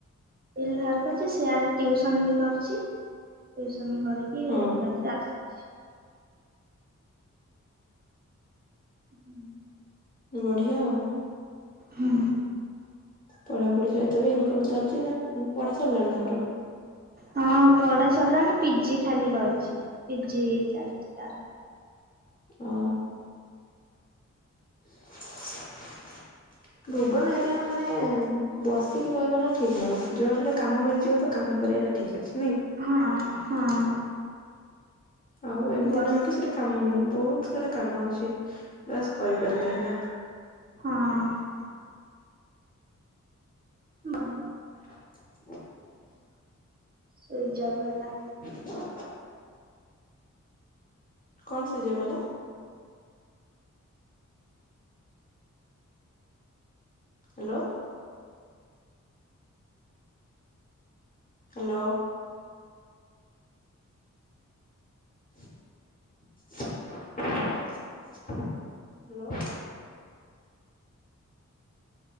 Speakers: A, on the right; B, on the left.
A: ବିଲ୍ ବାହାର କରିଛି ସିଆଡେ ଟିଉସନ ବି କରୁଚି ଟିୟୁସନ୍ କରିକି
B: ହଁ
A: ଏଥିରେ ଆସୁଛି ହୁଁ।
B: ବଢିଆ ଆଉ।
A: ହୁଁ।
B: ପଢାପଢି ସହିତ ବି ଇନକମ ଚାଲିଛି ନା ପଢା ସରିଲାଣି ତାଙ୍କର।
A: ହଁ ପଢା ସରିଲାଣି ପିଜି ଖାଲି କରୁଛି ପିଜି ଚାଲିଛି ତାର।
B: ଓ <inaudible> ଭୁବନ ଏରିଆ ମାନେ ବସିକି ରହିବା ଟା ଠିକ ନାହିଁ ଯୁଆଡେ ହେଲେ କାମ ମିଳିଯିବ ତ କାମ କରିବ। ସେଟା ଠିକ ଅଛି ।
A: ହଁ, ହଁ।
B: ଆଉ ଏମିତି
A: ବସ୍
B: ନୁହଁ କି ସେଠି କାମ ମିଳିବନି ବହୁତ ସାରା କାମ ଅଛି । ବାସ୍ କରିପାରିଲେ ହେଲା ।
A: ହଁ ବନି
B: ହ <inaudible>
A: ସୁଇଜ୍‌ ଅଫ୍ ହେଲା
B: <inaudible>
A: ।
B: କଣ ସୁରଜ୍ ଅଫ୍ ହେଲା? ହ୍ୟାଲୋ। ହ୍ୟାଲୋ। <inaudible> ହ୍ୟାଲୋ।